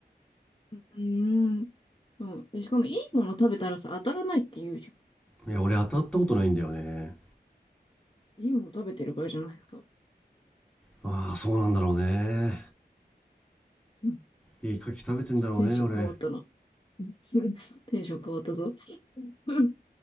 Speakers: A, on the left; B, in the centre.
A: うーん。うん。で、しかもいいもの食べたらさ、当たらないって言うじゃ
B: いや俺当たったことないんだよね
A: ん。いいもの食べてるからじゃないの、多分。
B: ああそうなんだろうね
A: うん。
B: いいカキ食べてんだろうね俺
A: テンション変わったな。うん <laughs> テンション変わったぞ。うん。